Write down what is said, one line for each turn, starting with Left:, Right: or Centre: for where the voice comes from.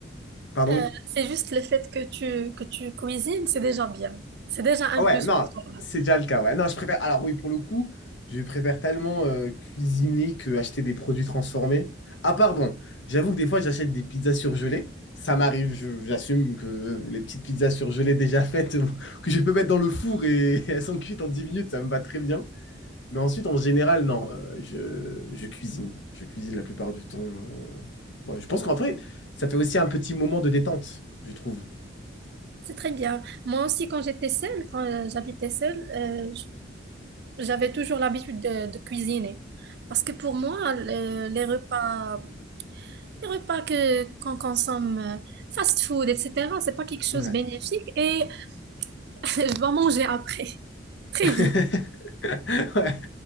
Left: pardon,
Right: euh,
Left: oui.
Right: c'est juste le fait que tu, que tu cuisines, c'est déjà bien. C'est déjà un
Left: Ah Ouais,
Right: plus
Left: non,
Right: pour toi.
Left: c'est déjà le cas, ouais. Non, je préfère. Alors oui, pour le coup, je préfère tellement euh, cuisiner que acheter des produits transformés. Ah, pardon, j'avoue que des fois, j'achète des pizzas surgelées. Ça m'arrive, je- j'assume que les petites pizzas surgelées déjà <laughs> faites, euh, que je peux mettre dans le four et, <laughs> elles sont cuites en 10 minutes, ça me va très bien. Mais ensuite, en général, non, euh, je, je cuisine. Je cuisine la plupart du temps. euh. Voilà, je pense qu'en fait, ça fait aussi un petit moment de détente, je trouve.
Right: C'est très bien. Moi aussi, quand j'étais seule, quand euh, j'habitais seule, euh, J'avais toujours l'habitude de, de cuisiner. Parce que pour moi, le- les repas, les repas que, qu'on consomme, euh, fast food, etc., c'est pas quelque chose
Left: Ouais.
Right: de bénéfique et <laughs> je dois manger après, <laughs> très
Left: <laughs>
Right: vite.
Left: Ouais.